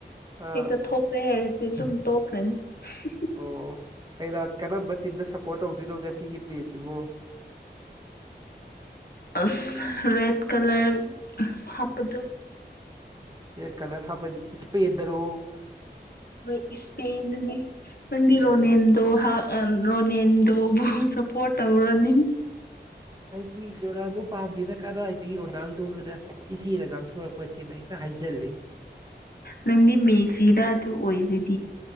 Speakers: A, on the right (about 20°); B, on the left (about 60°).
A: ꯑꯥ
B: ꯍꯦꯛꯇ ꯊꯣꯛꯈꯦ ꯍꯥꯏꯔꯗꯤ ꯑꯗꯨꯝ ꯇꯣꯛꯈ꯭ꯔꯅꯤ
A: ꯑꯣ ꯀ ꯀꯔꯝꯕ ꯇꯤꯝꯗ ꯁꯞꯄꯣꯔꯠ ꯇꯧꯗꯣꯏꯅꯣ ꯉꯁꯤꯒꯤ ꯄ꯭ꯂꯦꯁꯤꯕꯣ
B: ꯑ ꯔꯦꯠ ꯀꯂꯔ ꯍꯥꯞꯄꯗꯨ
A: ꯌꯦꯠ ꯀꯂꯔ ꯍꯥꯞꯄꯗꯤ ꯏꯁꯄꯦꯗꯔꯣ
B: ꯍꯣꯏ ꯏꯁꯄꯦꯟꯗ ꯅꯣꯏ ꯅꯪꯗꯤ ꯔꯣꯅꯦꯟꯗꯣ
A: ꯑꯣ
B: ꯑ ꯔꯅꯤꯟꯗꯣꯕꯨ ꯁꯄꯣꯔꯠꯕ ꯔꯅꯤꯟ
A: ꯍꯥꯏꯗꯤ ꯔꯣꯅꯥꯜꯗꯣ ꯄꯥꯝꯗꯦꯅ ꯀꯗꯥꯏꯗꯒꯤ ꯔꯣꯅꯥꯜꯗꯣꯅꯗ ꯏꯆꯦꯅ ꯉꯥꯡꯊꯣꯔꯛꯄꯁꯤꯃ ꯍꯦꯛꯇ ꯍꯥꯏꯖꯤꯜꯂꯤ
B: ꯅꯪꯗꯤ ꯃꯦꯁꯤꯔꯥ ꯑꯗꯨ ꯑꯣꯏꯗ